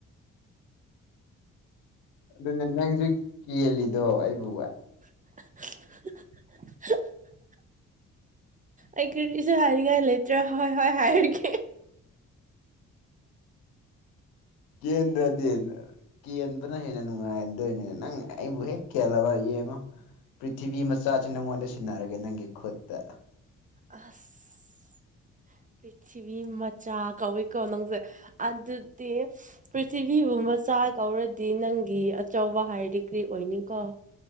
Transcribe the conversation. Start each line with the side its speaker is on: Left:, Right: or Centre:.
Left: ꯑꯗꯨꯅꯦ ꯅꯪꯁꯨ ꯀꯦꯜꯂꯤꯗꯣ ꯑꯩꯕꯨ
Right: <inaudible> ꯑꯩ ꯀꯔꯤꯁꯨ ꯍꯥꯏꯅꯤꯡꯉꯥꯏ ꯂꯩꯇ꯭ꯔꯦ ꯍꯣꯏ ꯍꯣꯏ ꯍꯥꯏꯔꯒꯦ
Left: ꯀꯦꯟꯗ꯭ꯔꯗ ꯀꯦꯟꯕꯅ ꯍꯦꯟꯅ ꯅꯨꯡꯉꯥꯏꯔꯗꯣꯏꯅꯦ ꯅꯪ ꯑꯩꯕꯨ ꯍꯦꯛ ꯀꯦꯜꯂꯕ ꯌꯦꯡꯉꯣ ꯄ꯭ꯔꯤꯊꯤꯕꯤ ꯃꯆꯥꯁꯦ ꯅꯪꯉꯣꯟꯗ ꯁꯤꯟꯅꯔꯒꯦ ꯅꯪꯒꯤ ꯈꯨꯠꯇ
Right: ꯑꯥꯁ ꯄꯔ꯭ꯊꯤꯕꯤ ꯃꯆꯥ ꯀꯧꯋꯤꯀꯣ ꯅꯪꯁꯦ ꯑꯗꯨꯗꯤ ꯄ꯭ꯔꯤꯊꯤꯕꯤꯕꯨ ꯃꯆꯥ ꯀꯧꯔꯗꯤ ꯅꯪꯒꯤ ꯑꯆꯧꯕ ꯍꯥꯏꯔꯗꯤ ꯀꯔꯤ ꯑꯣꯏꯅꯤ ꯀꫭ